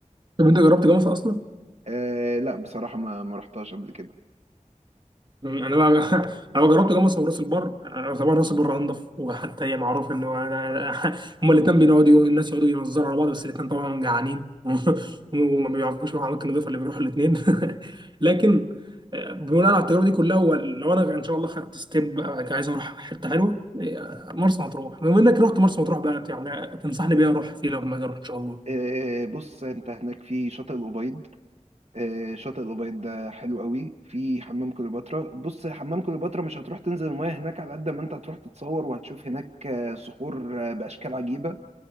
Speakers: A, on the right; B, on the right.
A: طب أنت جربت جامعة أصلا؟
B: آه لا بصراحة ما ما رحتهاش قبل كده
A: مم، انا بقى <laughs> انا بقى جربت جاموسه وراس البر آه، طبعا راس البر انضف وحتى هي معروف ان هو <laughs> هما الاثنين بيقعدوا الناس يقعدوا ينظروا على بعض بس الاثنين طبعا جعانين <laughs> وما بيعرفوش يروحوا اماكن نظيفه اللي بيروحوا الاثنين <laughs> لكن آه، بناء على التجربه دي كلها هو لو انا ان شاء الله خدت ستيب آه، عايز اروح حته حلوه آه، مرسى مطروح بما انك رحت مرسى مطروح بقى يعني تنصحني بيها اروح فيه لما اجي اروح ان شاء الله
B: آه بص انت هناك في شاطئ الأبيض آه، شاطئ الأبيض ده حلو قوي في حمام كليوباترا بص حمام كليوباترا مش هتروح تنزل المياه هناك على قد ما انت هتروح تتصور وهتشوف هناك آه، صخور آه، بأشكال عجيبة